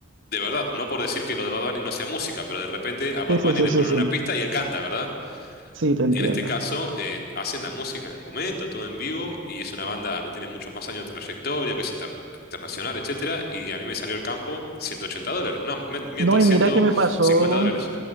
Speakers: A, on the left (about 50°); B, on the right (about 70°).
A: de verdad, no por decir que lo de Bad Bunny no sea música, pero de repente a Bad
B: Sí, sí,
A: Bunny
B: sí,
A: le
B: sí,
A: ponen
B: sí,
A: una pista y él canta, ¿verdad?
B: sí, te entiendo.
A: En este caso, eh, hacen la música en el momento, todo en vivo, y es una banda que tiene muchos más años de trayectoria, que es inter- internacional, etcétera, y a mí me salió el campo 180 dólares. No, men- miento,
B: No, y
A: 150
B: mira que me pasó.
A: dólares.